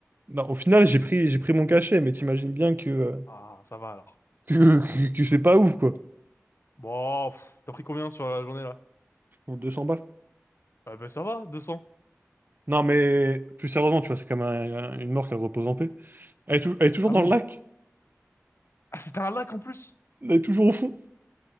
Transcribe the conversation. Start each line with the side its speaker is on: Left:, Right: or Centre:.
Right: non, au final, j'ai pris j'ai pris mon cachet, mais t'imagines bien que euh,
Left: Ah, ça va alors.
Right: <laughs> que, que, que c'est pas ouf quoi.
Left: Bon, pff, t'as pris combien sur la journée, là?
Right: Pour 200 balles.
Left: Ah, bah ça va, 200.
Right: Non, mais plus sérieusement, tu vois, c'est quand même un- un- une mort qu'elle repose en paix. Elle est, tou- elle est toujours
Left: Ah
Right: dans
Left: oui.
Right: le lac.
Left: Ah, c'était un lac en plus.
Right: Elle est toujours au fond.